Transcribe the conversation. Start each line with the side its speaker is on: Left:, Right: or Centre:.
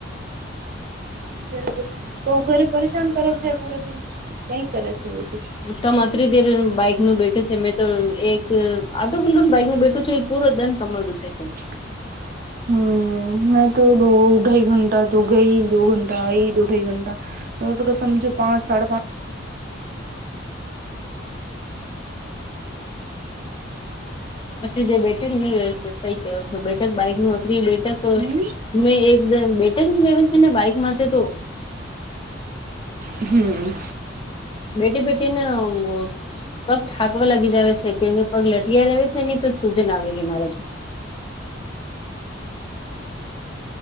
Right: ઘરે તો તો ઘરે પરેશાન કરે છે પૂરો દિન કઈ કરે છે વેસી
Left: તમ અત્રી દેર બાઈક નું બેઠું છે મેં તો એક આતું બીલું બૈકનું બેઠું છે પૂરો દિન કમર દુખે છે
Right: <inaudible> હમ મેં તો દો ઢાઈ ઘંટા તો ગઈ દો ઘંટા આઈ દો ઢાઈ ઘંટા <unintelligible> સમજો પાંચ સાડા પાં
Left: અત જે બેઠક ની વ્યવસ્થા સઈ કેવ બેઠક બાઈક નું અતરી બેઠક
Right: હમ
Left: મેં એકદમ બેટર લવી છે ને બાઈકમાં છે તો
Right: હમ
Left: બેટે બેટે ના પગ થાકવા લાગી જ છે કેકે પગ લટિયા રહે છે નહી તો સુજન આવેલી છે મારે છે